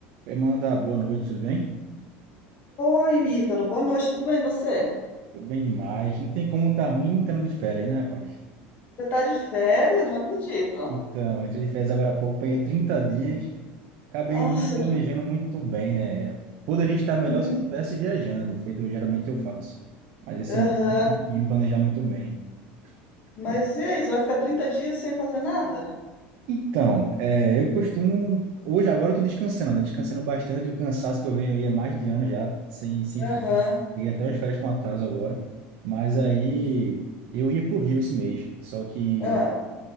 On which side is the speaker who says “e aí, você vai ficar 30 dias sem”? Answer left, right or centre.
Left